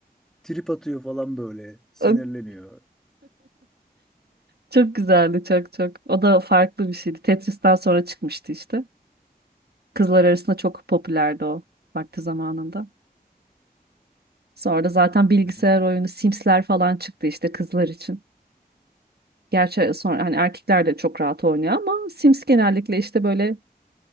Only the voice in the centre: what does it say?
trip atıyor falan böyle. Sinirleniyor.
Yani